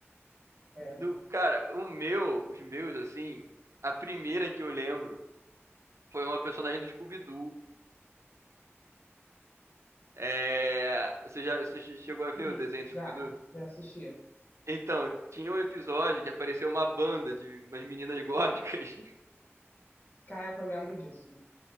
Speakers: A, on the left (about 45°); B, on the right (about 80°).
A: é.
B: No, cara, o meu, os meus, assim, a primeira que eu lembro foi uma personagem do Scooby-Doo. É, você já você che- chegou a ver
A: Sim.
B: o desenho
A: Já,
B: do Scooby-Doo?
A: já assisti.
B: Então, tinha um episódio que apareceu uma banda de umas meninas góticas. <laughs>
A: Caraca, eu lembro disso.